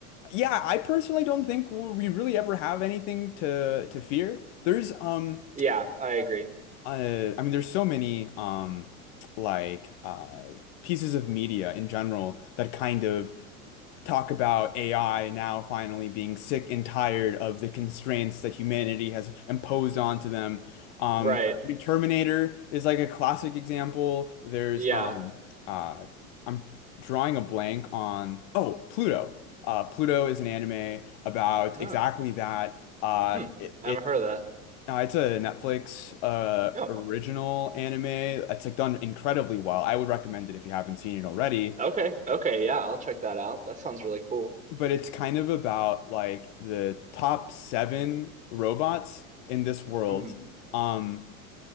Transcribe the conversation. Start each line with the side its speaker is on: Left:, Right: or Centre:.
Left: yeah, I personally don't think we really ever have anything to, to fear. There's, um,
Right: Yeah, I agree.
Left: uh, I mean, there's so many um, like uh, pieces of media in general that kind of talk about AI now finally being sick and tired of the constraints that humanity has imposed onto them. Um,
Right: Right.
Left: I mean, Terminator is like a classic example. There's
Right: Yeah.
Left: um, uh, I'm drawing a blank on oh Pluto. Uh, Pluto is an anime about
Right: Oh.
Left: exactly that. Uh,
Right: Hmm.
Left: it,
Right: I haven't heard of that.
Left: no, it's a Netflix uh
Right: Oh.
Left: original anime that's like done incredibly well. I would recommend it if you haven't seen it already.
Right: Okay. Okay, yeah, I'll check that out. That sounds really cool.
Left: But it's kind of about like the top seven robots in this world.
Right: Mm.
Left: Um,